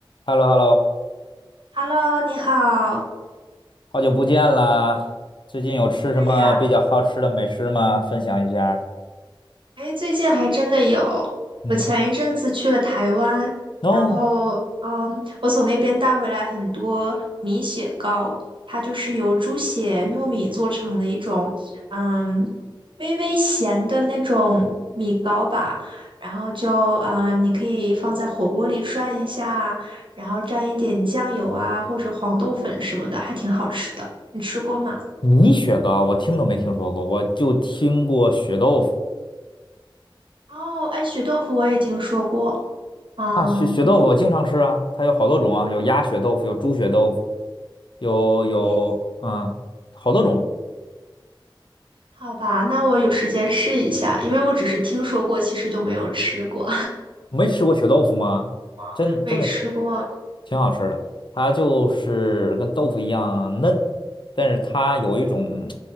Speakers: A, on the left; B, on the right.
A: h e l l o h e l l o
B: Hello，你好。
A: 好久不见啦！最近有吃什么比较好吃的美食吗？
B: 对呀，
A: 分享一下。
B: 哎，最近还真的有。
A: 嗯，
B: 我前一阵子去了台湾，
A: n
B: 然后，
A: o
B: 嗯，我从那边带回来很多米血糕，它就是由猪血糯米做成的一种，嗯，微微咸的那种米糕吧。然后就，嗯，你可以放在火锅里涮一下，然后蘸一点酱油啊，或者黄豆粉什么的，还挺好吃的。你吃过吗？
A: 米雪糕我听都没听说过，我就听过血豆腐
B: 哦，哎，血豆腐我也听说过。嗯，
A: 啊。血血豆腐我经常吃啊，它有好多种啊，有鸭血豆腐，有猪血豆腐，有有嗯，
B: 哎，
A: 好多种。
B: 好吧，那我有时间试一下，因为我只是听说过，其实就没有吃过，
A: 没吃过血豆腐吗？真真的挺
B: <laughs> 没吃过。
A: 挺好吃的，它就是跟豆腐一样嫩，但是它有一种
B: 嗯，